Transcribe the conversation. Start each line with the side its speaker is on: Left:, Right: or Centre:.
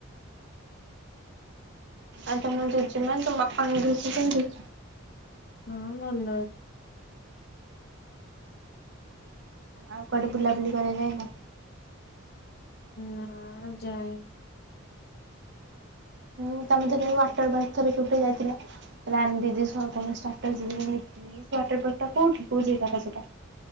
Right: ଆଉ ତମ ଜେଜେ ମା ତମ ବାପାଙ୍କ ଦେହ ଅଛି କେମିତି?
Left: ହଁ ଭଲ।
Right: ଆଉ କୁଆଡେ ବୁଲାବୁଲି କରିବାକୁ ଯାଇନ?
Left: ନା ଯାଇନି।
Right: ହୁଁ ତମେ ତ କେବେ ୱାଟର ପାର୍କ ଥରେ କେବେ ଯାଇଥିଲ? ରାନୀ ଦିଦି ସହ ତମ ଷ୍ଟାଟସ୍ ସେଦିନ ଦେଖିଥିଲି। ସେ ୱେଟର ପାର୍କ ଟା କୋଉଠି କୋଉ ଜାଗା ଟା ସେଟା?